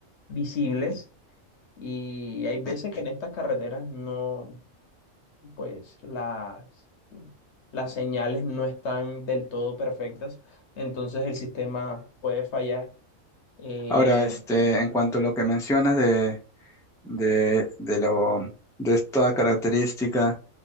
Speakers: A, on the left; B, in the centre.
A: visibles y hay veces que en estas carreteras no, pues las, las señales no están del todo perfectas, entonces el sistema puede fallar. Eh,
B: Ahora, este, en cuanto a lo que mencionas de, de, de lo, de esta característica,